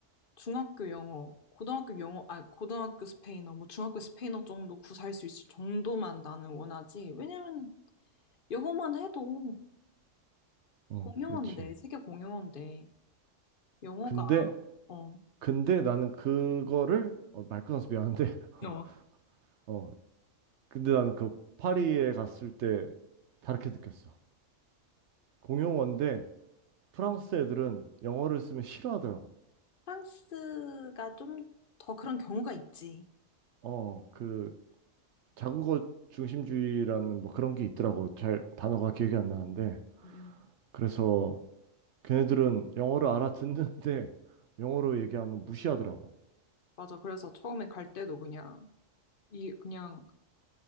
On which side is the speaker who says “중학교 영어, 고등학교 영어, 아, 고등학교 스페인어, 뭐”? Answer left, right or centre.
Left